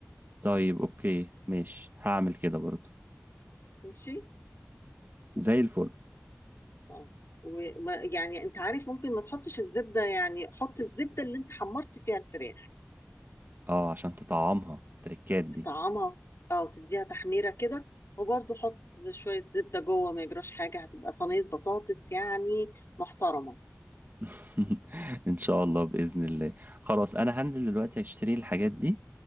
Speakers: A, on the right (about 45°); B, on the left (about 75°).
A: طيب اوكي ماشي هعمل كده برضو
B: ماشي
A: زي الفل
B: اه وما يعني انت عارف ممكن ما تحطش الزبده يعني حط الزبده اللي انت حمرت فيها الفراخ
A: اه عشان تطعمها التركات دي
B: تطعمها او تديها تحميره كده وبرضه حط شويه زبده جوه ما يجراش حاجه هتبقى صينيه بطاطس يعني محترمه
A: <laughs> ان شاء الله باذن الله خلاص انا هنزل دلوقتي اشتري الحاجات دي